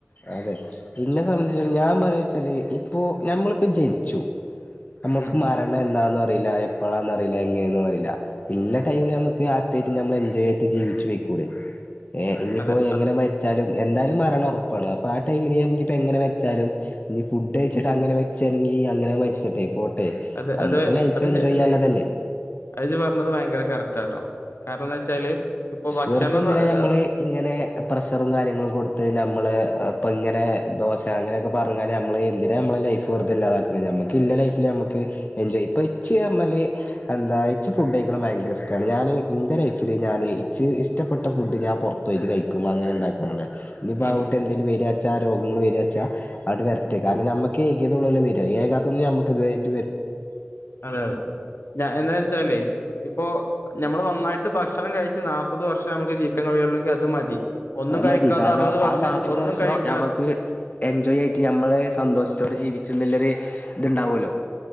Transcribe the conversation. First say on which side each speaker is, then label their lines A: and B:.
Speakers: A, on the left; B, on the left.
A: അതെ പിന്നെ സംബന്ധിച്ച ഞാൻ പറഞ്ഞ വെച്ചാല് ഇപ്പൊ നഞമ്മളിപ്പോൊ ജനിച്ചു നമ്മുക്ക്
B: ഉം
A: മരണം
B: ഉം
A: എന്താന്ന് അറിയില്ല എപ്പഴാന്ന് അറിയില്ല എങ്ങനെയന്നന്ന അറിയില്ല ഇല്ല ടൈമില് നമുക്ക് ഹാപ്പി ആയിട്ട് നമ്മൾ എൻജോയ് ആയിട്ട് ജീവിച്ചു പെയ്ക്കൂടേ ഏ ഇനിയിപ്പോ
B: അതെ
A: എങ്ങനെ
B: അതെ
A: മരിച്ചാലും എന്തായാലും മരണോർപ്പ അ ആ ടൈമിൽ എങ്ങനെ മരിച്ചാലും ഫുഡ് കഴിചിട്ട് അങ്ങനെ മരിച്ചാണെക്കി അങ്ങനെ മരിച്ചട്ടെ
B: ഉം
A: പോട്ടെ
B: അത്
A: നമ്മുക്ക്
B: അത്
A: ലൈഫ്
B: അത്
A: എൻജോയ്
B: ശ
A: ചെയ്യനുള്ളത് അല്ലേ
B: അത് ജ് പർഞ്ഞത് ഭയങ്കര കറക്റ്റാട്ടോ കാരണംന്ന് വെച്ചാല് ഇപ്പൊ ഭക്ഷണം
A: വെറുതെ എന്തിനാ
B: ന- ഏഹ്
A: നമ്മള് ഇങ്ങനെ പ്രഷറും കാര്യങ്ങളും കൊടുത്ത് നമ്മള് ഇപ്പൊ ഇങ്ങനെ ദോശ അങ്ങനെയൊക്കെ പറഞ്ഞാല് നമ്മള് എന്തിനാണ് നമ്മള ലൈഫ് വെറതല്ലാതാക്ക നമുക്ക് ഇല്ല ലൈഫില് നമുക്ക് എൻജോയ്ാം ഇപ്പൊ ഇച്ച് പറഞ്ഞാല് എന്താ ഇച്ച് ഫുഡ് കഴിക്കണത് ഭയങ്കര ഇഷ്ടമാണ് ഞാന് എന്റെ ലൈഫില് ഞാന് ഇച്ച് ഇഷ്ടപ്പെട്ട ഫുഡ്ഞൻ പുറത്ത് പോയിട്ട് കഴിക്കു അങ്ങനെ ഇണ്ടാക്ണത് ആണ് ഇഞ്ഞ്പ്പാ
B: ഉം
A: കൂട്ട്
B: ഉം
A: എന്തേലും വര്യാച്ചാ ആ രോ കേട് വെര്യാച്ചാ ആട്ട് വെര്ട്ട് കാരണം നമ്മക്ക് ഏകീയതോള്ളോലൊ വര്യാ ഏകാതൊന്നും നമ്മക്ക് ഇതുവ
B: അതെ അതെ ഞാൻ എന് ച്ചാല് ഇപ്പോ നമ്മള് നന്നായിട്ട് ഭക്ഷണം കഴിച്ച് നാപത് വർഷ അമ്മക്ക് ജീവിക്കാ കഴിയോള്ളെങ്കി അത് മതി ഒന്നും
A: ആ
B: കഴിക്കാതെ
A: മതി കാരണം
B: അറുപത് വർഷം
A: ആ നാല്പ്പത്
B: ഒന്നും
A: വർഷം
B: കഴിക്കാതെ
A: നഞമ്മക്ക് എൻജോയ് ആയിട്ട് ഞമ്മള് സന്തോഷത്തോടെ ജീവി ച്ച്നല്ലര് ഇതുണ്ടാവല്ലോ